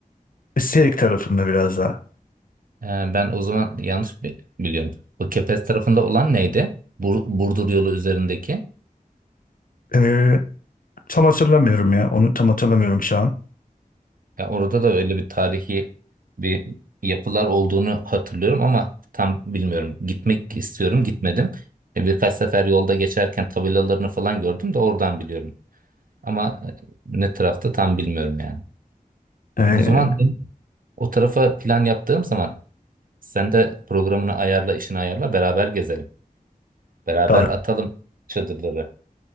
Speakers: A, on the left; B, on the right.
A: Serik tarafında biraz daha.
B: E, ben o zaman yanlış bi- biliyorum. O Kepez tarafında olan neydi? Bur- Burdur yolu üzerindeki.
A: Eee, tam hatırlamıyorum ya. Onu tam hatırlamıyorum şu an.
B: Ya orada da öyle bir tarihi bir yapılar olduğunu hatırlıyorum ama tam bilmiyorum. Gitmek istiyorum, gitmedim. E, Birkaç sefer yolda geçerken tabelalarını falan gördüm de oradan biliyorum. Ama e, ne tarafta tam bilmiyorum yani.
A: Ee,
B: O zaman o tarafa plan yaptığım zaman sen de programını ayarla, işini ayarla, beraber gezelim. Beraber
A: tabii,
B: atalım çadırları.